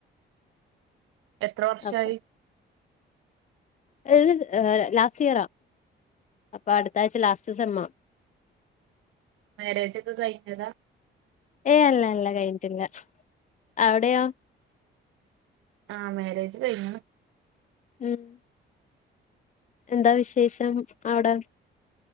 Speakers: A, on the right; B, on the left.
A: എത്ര വർഷായി?
B: അപ്പ ഇത് ലാസ്റ്റ് ഇയറാ. അപ്പോ അടുത്താഴ്ച ലാസ്റ്റ് സെമ്മാ.
A: മാരേജോക്കെ കഴിഞ്ഞതാ
B: ഏയ് അല്ല അല്ല കഴിഞ്ഞിട്ടില്ല അവിടെയോ
A: ആ മാരേജ് കഴിഞ്ഞ
B: ഉം എന്താ വിശേഷം അവിടെ